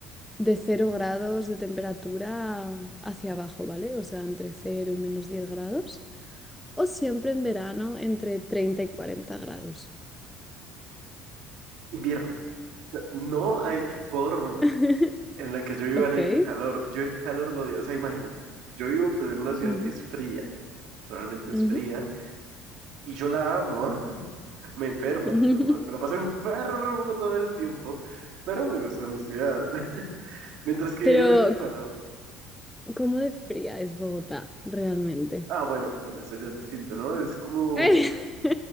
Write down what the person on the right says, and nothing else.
Invierno. No hay forma
en la que yo viva
en el calor. Yo el calor lo odio. O sea, imagínate. Yo vivo pues en una ciudad
que es fría. Naturalmente es
fría. Y yo la amo. <laughs> Me enferma.
Normal. Me la paso enfermo todo el tiempo. Pero me gusta mi ciudad. <laughs> Mientras que
vivir en el calor.
Ah, bueno, bueno, eso ya es distinto, ¿no? Es como.